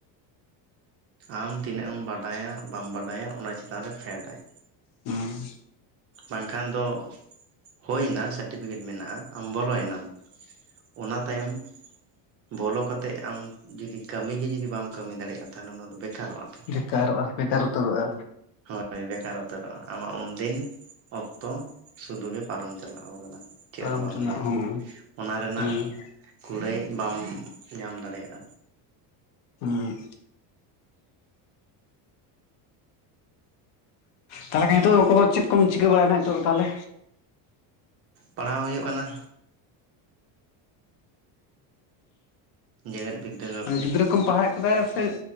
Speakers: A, on the right; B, on the left.
A: ᱟᱢ ᱛᱤᱱᱟᱹᱜ ᱮᱢ ᱵᱟᱰᱟᱭᱟ ᱵᱟᱢ ᱵᱟᱰᱟᱭᱟ ᱚᱱᱟ ᱪᱮᱛᱟᱱᱨᱮ ᱯᱷᱮᱰ ᱟᱭ᱾
B: ᱦᱩᱸᱢ
A: ᱵᱟᱝᱠᱷᱟᱱ ᱫᱚ ᱦᱩᱭᱱᱟ ᱥᱟᱨᱴᱤᱯᱷᱤᱠᱮᱴ ᱢᱮᱱᱟᱜᱼᱟ ᱟᱢ ᱵᱚᱞᱚᱭᱱᱟᱢ᱾ ᱚᱱᱟ ᱛᱟᱭᱚᱢ ᱵᱚᱞᱚ ᱠᱟᱛᱮᱫ ᱟᱢ ᱡᱩᱫᱤ ᱠᱟᱹᱢᱤ ᱜᱮ ᱡᱩᱫᱤ ᱵᱟᱢ ᱠᱟᱹᱢᱤ ᱫᱟᱲᱮᱭᱟᱜᱼᱟ ᱛᱟᱦᱚᱞᱮ ᱚᱱᱟ ᱫᱚ ᱵᱮᱠᱟᱨᱚᱜᱼᱟ ᱛᱚ?
B: ᱵᱮᱠᱟᱨᱚᱜᱼᱟ ᱵᱮᱠᱟᱨ ᱩᱛᱟᱹᱨᱚᱜᱼᱟ᱾
A: ᱦᱳᱭ ᱵᱮᱠᱟᱨ ᱩᱛᱟᱹᱨᱚᱜᱼᱟ ᱟᱢᱟᱜ ᱩᱱᱫᱤᱱ ᱚᱠᱛᱚ ᱥᱩᱫᱩ ᱜᱮ ᱯᱟᱨᱚᱢ ᱪᱟᱞᱟᱣ ᱠᱟᱱᱟ᱾ ᱪᱮᱫ
B: ᱛᱟᱭᱚᱢ
A: ᱦᱚᱸ ᱵᱟᱝ
B: ᱪᱟᱞᱟᱜ
A: ᱦᱩᱭᱱᱟ
B: ᱦᱚᱸ
A: ᱚᱱᱟ ᱨᱮᱱᱟᱜ
B: ᱦᱮᱸ
A: ᱠᱩᱲᱟᱹᱭ ᱵᱟᱢ ᱧᱟᱢ ᱫᱟᱲᱮᱭᱟᱜᱼᱟ᱾
B: ᱦᱩᱸ ᱛᱟᱦᱚᱞᱮ ᱠᱷᱟᱱ ᱱᱤᱛᱚᱜ ᱠᱚ ᱫᱚ ᱪᱮᱫ ᱠᱚᱢ ᱪᱤᱠᱟᱹ ᱵᱟᱲᱟᱭᱟ ᱱᱤᱛᱚᱜ ᱫᱚ ᱛᱟᱦᱚᱞᱮ?
A: ᱯᱟᱲᱦᱟᱣ ᱦᱩᱭᱩᱜ ᱠᱟᱱᱟ᱾ ᱡᱮᱜᱮᱫ ᱵᱤᱫᱽᱫᱟᱹᱜᱟᱲ
B: ᱢᱟᱱᱮ
A: ᱨᱮ
B: ᱜᱤᱫᱽᱨᱟᱹ ᱠᱚᱢ ᱯᱟᱲᱦᱟᱣ ᱠᱟᱫᱟ ᱥᱮ